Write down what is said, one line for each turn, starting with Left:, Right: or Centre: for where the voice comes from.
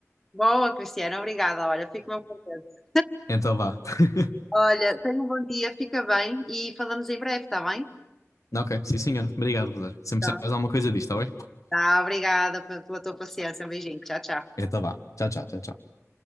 Centre: Boa, Cristiana, obrigada. Olha, fico mesmo contente.
Left: Então vá. <laughs>
Centre: Olha, tenha um bom dia, fica bem e falamos em breve, está bem?
Left: Ok, sim senhor. Obrigado, Rosário. Sempre
Centre: Tá.
Left: sabes alguma coisa disto, está bem?
Centre: Tá, obrigada pe- pela tua paciência. Um beijinho. Tchau, tchau.
Left: Então vá. Tchau, tchau, tchau, tchau.